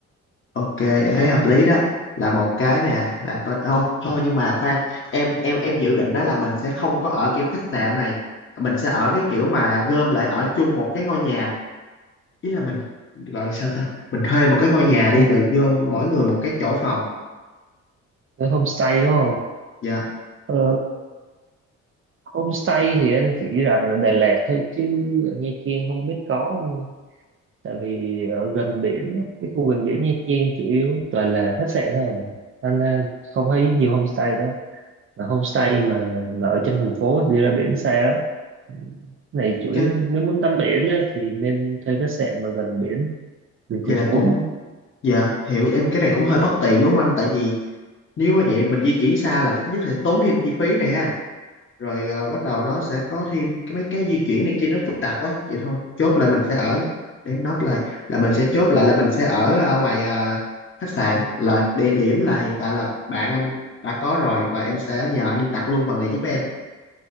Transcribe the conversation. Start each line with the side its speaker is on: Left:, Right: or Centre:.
Left: Ok, em thấy hợp lý đó. Là một cái nè, là coi ô, thôi nhưng mà khoan, em em em dự định đó là mình sẽ không có ở kiểu khách sạn này. Mình sẽ ở cái kiểu mà gom lại ở chung một cái ngôi nhà. Ý là mình gọi sao ta? Mình thuê một cái ngôi
Right: vậy
Left: nhà
Right: là thôi
Left: đi rồi vô mỗi người một cái chỗ phòng.
Right: tới homestay đúng không
Left: Dạ.
Right: Ờ, Homestay thì anh chỉ rành ở Đà Lạt thôi chứ ở Nha Trang không biết có không nha. Tại vì ở gần biển, á, cái khu gần biển Nha Trang chủ yếu toàn là khách sạn thôi à. Anh ờ, không thấy nhiều homestay đó. Mà homestay mà mà ở trong thành phố thì đi ra biển xa lắm. Cái Này chủ
Left: Cái
Right: yếu nếu muốn tắm biển á, thì nên thuê khách sạn mà gần biển, đường thành
Left: vậy là
Right: phố.
Left: cũng dạ, hiểu em cái này cũng hơi bất tiện đúng không anh? Tại vì nếu mà vậy mình di chuyển xa là thứ nhất sẽ tốn thêm chi phí này ha. rồi ờ, bắt đầu nó sẽ có thêm cái mấy cái di chuyển này kia nó phức tạp quá vậy thôi chốt là mình sẽ ở để em note lại là mình sẽ chốt lại là mình sẽ ở ờ, ngoài ờ, khách sạn là địa điểm là hiện tại là bạn anh đã có rồi và em sẽ nhờ anh đặt luôn phần này giúp em